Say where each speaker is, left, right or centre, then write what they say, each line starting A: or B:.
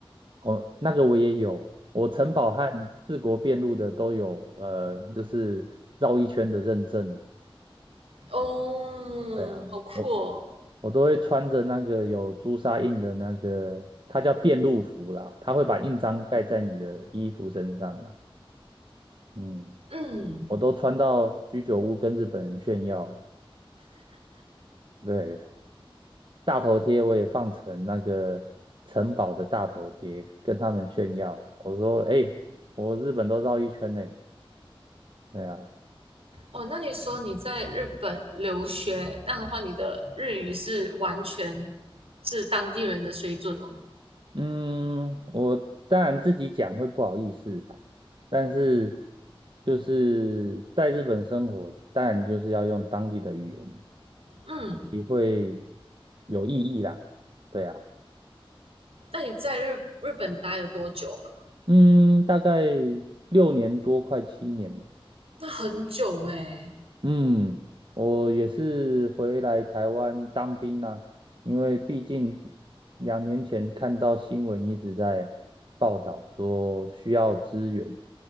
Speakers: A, on the right (about 55°); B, on the right (about 80°).
A: 哦，那个我也有，我城堡和四国遍路的都有，呃，就是绕一圈的认证。
B: 哦，
A: 对啊，
B: 好酷哦。
A: 我我都会穿着那个有朱砂印的那个，它叫遍路服啦，它会把印章盖在你的衣服身上啊。嗯，
B: 嗯，
A: 我都穿到居酒屋跟日本人炫耀。对，大头贴我也放成那个城堡的大头贴，跟他们炫耀。我说，哎、我日本都绕一圈呢、对啊，
B: 哦，那你说你在日本留学，那的话，你的日语是完全是当地人的水准哦。
A: 嗯，我当然自己讲会不好意思啦，但是就是在日本生活，当然就是要用当地的语言，
B: 嗯，
A: 也会有意义啦。对啊，
B: 那你在日日本待了多久啊？
A: 嗯，大概六年多，快七年，
B: 那很久哎、
A: 嗯，我也是回来台湾当兵啦、因为毕竟两年前看到新闻一直在报道说需要支援，